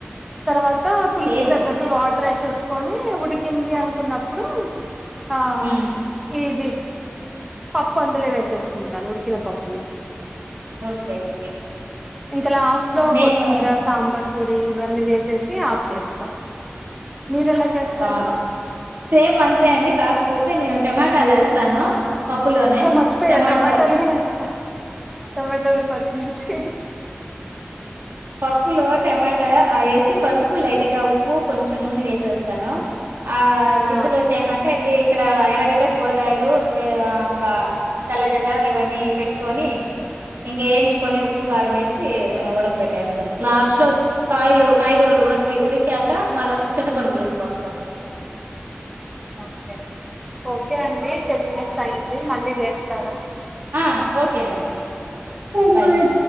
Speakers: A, in the centre; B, on the right.
A: తర్వాత పులుపుకు
B: సేమ్
A: తగ్గట్టు వాటర్ వేసేసుకొని ఉడికింది అనుకున్నప్పుడు ఆ
B: ఉమ్
A: ఇది పప్పు అందులో వేసేసుకుంటాను ఉడికిన పప్పుని
B: ఓకే ఓకే
A: ఇంక లాస్ట్ లో
B: నేను
A: కొత్తిమీర సాంబార్ పొడి ఇవన్నీ వేసేసి ఆఫ్ చేస్తాం మీరు ఎలా చేస్తారు
B: బాగుంది సేమ్ అంతే అండి కాకపోతే నేను టమాటాలు వేస్తాను పప్పులోనే
A: ఓ మర్చిపోయా
B: టమాటాలు
A: టమాటోలు కూడా వేస్తా టమాటోలు పచ్చిమిర్చి
B: పప్పులో టమాటా ఆ వేసి పసుపు లైట్ ఇంకా ఉప్పు కొంచెం నూనె వేసేస్తాను ఆ
A: ఆ
B: విజుల్ వచ్చేసినాక అది ఇక్కడ ఎర్రగడ్డ కూరగాయలు ఇంకా తెల్లగడ్డ ఇవన్నీ పెట్టుకొని ఇంక వేయించుకొని ఉప్పు కారం వేసి ఉడకబేట్టేస్తాను లాస్ట్ లో కాయలు కాయగురలు ఉడకబెట్టి క మళ్ళ చింత పండు పలుసు పోస్తా
A: ఓకే ఓకే అండి టెన్ మినిట్స్ అయ్యింది మళ్ళీ చేస్తాను
B: ఆ ఓకే అండి బై